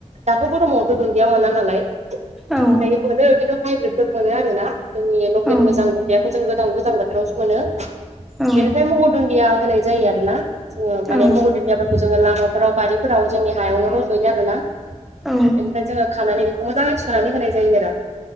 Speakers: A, on the right; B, in the centre.
A: दाथ' गरमावथ' दुन्दिया मोना नालाय मोनो
B: औ
A: खिन्थु, हाइब्रिदफोर मोनो आरोना जोंनि लकेल
B: औ
A: मोजां मुदियाखौ जों गोजां गोजां बोथोरावसो मोनो,
B: औ
A: बेनिफ्राय महर दुन्दिया होनाय जायो आरो ना जोङो
B: औ
A: माने महर जों लामाफोराव बारिफोराव जोंनि हायावनो रज'यो आरोना बेनिफ्राय
B: औ
A: जोङो खानानै बे मोजाङै सोनानै होनाय जायो आरो